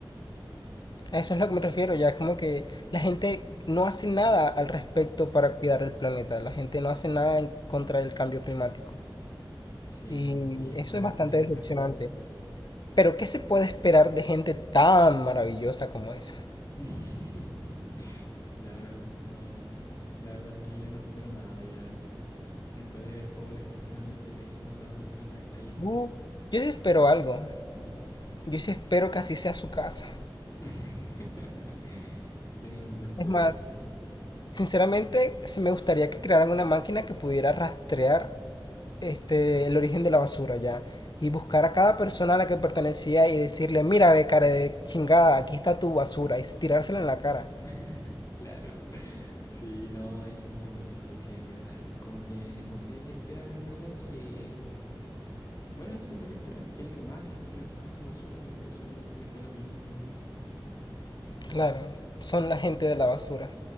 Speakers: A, on the left; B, on the left.
A: A eso es lo que me refiero. Ya es como que la gente no hace nada al respecto para cuidar el planeta. La gente no hace nada en contra del cambio climático.
B: Sí,
A: Y
B: y ahí está
A: eso
B: la
A: es bastante
B: verdadera
A: decepcionante.
B: respuesta.
A: Pero ¿qué se puede esperar de gente tan maravillosa como esa?
B: <laughs> Claro, no. La verdad es que yo no espero nada ya. Después de ver cómo a la gente no le interesa botar basura a la calle,
A: Uh, Yo sí espero algo. Yo sí espero que así sea su casa.
B: <laughs> que tengan un vertedero
A: Es más,
B: en la casa.
A: sinceramente, sí me gustaría que crearan una máquina que pudiera rastrear este, el origen de la basura ya. Y buscar a cada persona a la que pertenecía y decirle, mira, ve, cara de chingada, aquí está tu basura. Y tirársela en la cara.
B: <laughs> Claro. Sí, no, hay gente muy sucia, en verdad. Como que no sé qué esperan, en verdad, que... Bueno, eso es lo que esperan, que alguien más recoja su basura, y por eso les da lo mismo, en verdad.
A: Claro, son la gente de la basura.